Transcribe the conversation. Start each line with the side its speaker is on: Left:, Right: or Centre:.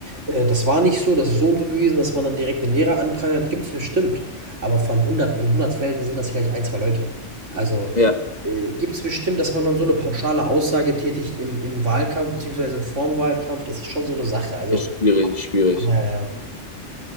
Right: äh, das war nicht so, das ist so und so gewesen“, dass man dann direkt den Lehrer anprangert, gibt's bestimmt. Aber von hundert in hundert Fällen sind das vielleicht ein 2 Leute. Also
Left: ja,
Right: äh, gibt es bestimmt, dass man dann so eine pauschale Aussage tätigt im im Wahlkampf beziehungsweise vorm Wahlkampf, das ist schon so eine Sache. Also
Left: ist schwierig, ist schwierig.
Right: ja, ja.